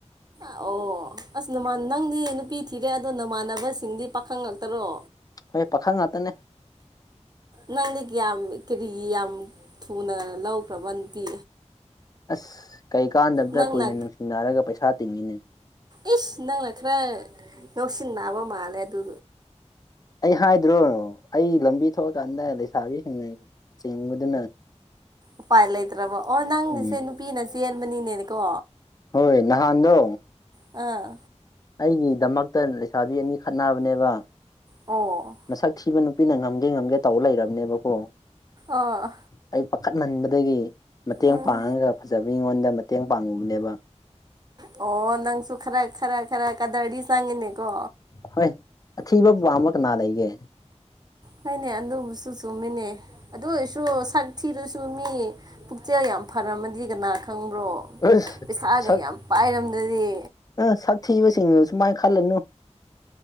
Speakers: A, on the right (about 35°); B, on the left (about 30°).
A: ꯑꯣ ꯑꯁ ꯅꯃꯥꯟ ꯅꯪꯗꯤ ꯅꯨꯄꯤ ꯊꯤꯔꯦ ꯑꯗꯣ ꯅꯃꯥꯟꯅꯕꯁꯤꯡꯗꯤ ꯄꯥꯈꯪ ꯉꯛꯇꯔꯣ
B: ꯍꯦ ꯄꯥꯈꯪ ꯉꯥꯛꯇꯅꯦ
A: ꯅꯪꯗꯤ ꯀ ꯌꯥꯝ ꯀꯦꯔꯤ ꯌꯥꯝ ꯊꯨꯅ ꯂꯧꯈ꯭ꯔꯕꯅ ꯄꯤ
B: ꯑꯁ ꯀꯩꯀꯥꯟꯗꯕꯗ
A: ꯅꯪꯅ
B: ꯀꯨꯏꯅ ꯅꯨꯡꯁꯤꯅꯔꯒ ꯄꯩꯁꯥ ꯇꯤꯡꯉꯤꯅꯦ
A: ꯑꯦꯁ ꯅꯪꯂ ꯈ꯭ꯔꯥ ꯉꯎꯁꯤꯡ ꯅꯥꯕ ꯃꯥꯂꯦ ꯑꯗꯨ
B: ꯑꯩ ꯍꯥꯏꯗ꯭ꯔꯣꯅꯣ ꯑꯩ ꯂꯝꯕꯤ ꯊꯣꯛꯑꯀꯥꯟꯗ ꯂꯩꯁꯥꯕꯤꯁꯤꯡꯅ ꯆꯤꯡꯕꯗꯨꯅ
A: ꯎꯄꯥꯏ ꯂꯩꯇ꯭ꯔꯕ ꯑꯣ ꯅꯪꯅꯤꯁꯦ
B: ꯎꯝ
A: ꯅꯨꯄꯤꯅ ꯆꯦꯟꯕꯅꯤꯅꯦꯅꯦꯀꯣ
B: ꯍꯣꯏ ꯅꯍꯥꯟꯗꯣ
A: ꯑꯥ
B: ꯑꯩꯒꯤꯗꯃꯛꯇ ꯂꯩꯁꯥꯕꯤ ꯑꯅꯤ ꯈꯠꯅꯕꯅꯦꯕ
A: ꯑꯣ
B: ꯃꯁꯛ ꯊꯤꯕ ꯅꯨꯄꯤꯅ ꯉꯝꯒꯦ ꯉꯝꯒꯦ ꯇꯧꯔ ꯂꯩꯔꯕꯅꯦꯕꯀꯣ
A: ꯑꯥ
B: ꯑꯩ ꯄꯥꯈꯠꯍꯟꯕꯗꯒꯤ ꯃꯇꯦꯡ
A: ꯎꯝ
B: ꯄꯥꯡꯉꯒ ꯐꯖꯕ ꯃꯤꯉꯣꯟꯗ ꯃꯇꯦꯡ ꯄꯥꯡꯉꯨꯕꯅꯦꯕ
A: ꯑꯣ ꯅꯪꯁꯨ ꯈꯔ ꯈꯔ ꯈꯔ ꯀꯗꯔꯗꯤ ꯆꯪꯉꯤꯅꯤꯀꯣ
B: ꯍꯣꯏ ꯑꯊꯤꯕ ꯄꯥꯝꯕꯥ ꯀꯅꯥ ꯂꯩꯒꯦ
A: ꯍꯣꯏꯅꯦ ꯑꯗꯨꯕꯨꯁꯨ ꯆꯨꯝꯃꯤꯅꯦ ꯑꯗꯨ ꯑꯣꯏꯔꯁꯨ ꯁꯛ ꯊꯤꯔꯁꯨ ꯆꯨꯝꯃꯤ ꯄꯨꯛꯆꯦꯜ ꯌꯥꯝ ꯐꯔꯝꯃꯗꯤ ꯀꯅꯥ ꯈꯪꯕ꯭ꯔꯣ
B: ꯑꯁ
A: ꯄꯩꯁꯥꯒ
B: ꯁꯛ
A: ꯌꯥꯝ ꯄꯥꯏꯔꯝꯂꯗꯤ
B: ꯑ ꯁꯥꯛꯊꯤꯕꯁꯤꯡ ꯁꯨꯃꯥꯏꯟ ꯈꯜꯂꯨꯅꯨ